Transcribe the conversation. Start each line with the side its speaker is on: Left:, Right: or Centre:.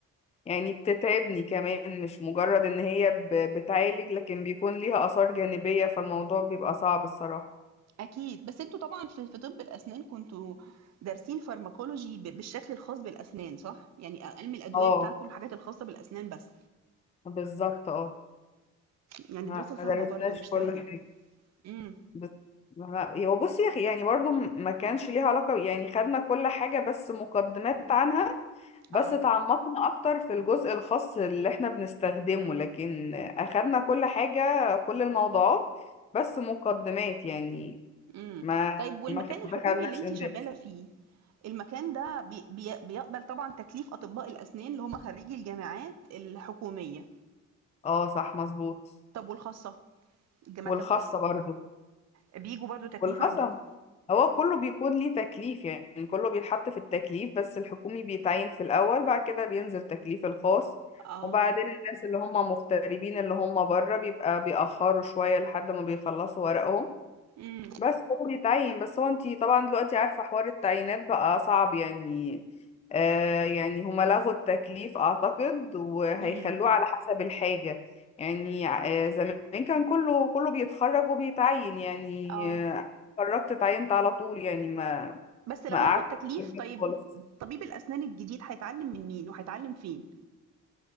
Left: يعني بتتعبني كمان مش مجرد ان هي ب... بتعالج لكن بيكون ليها اثار جانبيه فالموضوع بيبقى صعب الصراحه
Right: أكيد، بس أنتم طبعًا في في طِب الأسنان كنتم دارسين pharmacology ب بالشكل الخاص بالأسنان صح؟ يعني أ عِلم الأدوية
Left: اه
Right: بتاعكم الحاجات الخاصة بالأسنان بس،
Left: بالظبط اه
Right: يعني
Left: ما
Right: دراسة صعبة
Left: درسناش
Right: برضه مش
Left: كل
Right: سهلة.
Left: حاجة
Right: إمم،
Left: بس ما- هو بصي يا أخي، يعني برضو م- ما كانش ليها علاقة يعني خدنا كل حاجة بس مقدمات عنها بس
Right: آه.
Left: تعمقنا أكتر في الجزء الخاص اللي احنا بنستخدمه لكن أخدنا كل حاجة كل الموضوعات بس مقدمات يعني
Right: إمم.
Left: ما
Right: طيب والمكان
Left: ما خ- ما
Right: الحكومي
Left: دخلناش
Right: اللي أنتِ
Left: اندبس
Right: شغّالة فيه، المكان ده بي بي بيقبل طبعًا تكليف أطباء الأسنان اللي هم خرّيجي الجامعات الحكومية،
Left: اه صح مظبوط
Right: طب والخاصة؟ الجامعات
Left: والخاصة
Right: الخاصة،
Left: برضو
Right: بييجوا برضه تكليف
Left: والخصم
Right: عندكم؟
Left: هو كله بيكون ليه تكليف يعني كله بيتحط في التكليف بس الحكومي بيتعين في الأول بعد كده بينزل تكليف الخاص
Right: آه،
Left: وبعدين الناس اللي هم مغتربين اللي هم بره بيبقى بيأخروا شوية لحد ما بيخلصوا ورقهم
Right: إمم،
Left: بس هو بيتعين بس هو انتي طبعا دلوقتي عارفة حوار التعيينات بقى صعب يعني آه يعني هما لغوا التكليف اعتقد وهيخلوه
Right: إمم،
Left: على حسب الحاجة يعني آه زمان كان كله كله بيتخرج وبيتعين يعني
Right: آه.
Left: آه اتخرجت اتعينت على طول يعني ما
Right: بس لو
Left: ما قعدت
Right: لغوا التكليف
Left: في البيت
Right: طيب
Left: خالص
Right: طبيب الأسنان الجديد هيتعلّم من مين وهيتعلّم فين؟